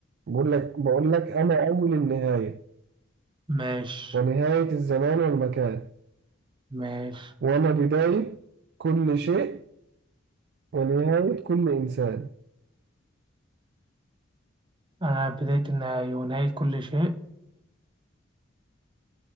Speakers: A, on the right (about 55°); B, on the right (about 25°).
A: بقول لك بقول لك أنا أول النهاية
B: ماشي
A: ونهاية الزمان والمكان
B: ماشي
A: وأنا بداية كل شيء ونهاية كل إنسان
B: أنا بداية النهاية ونهاية كل شيء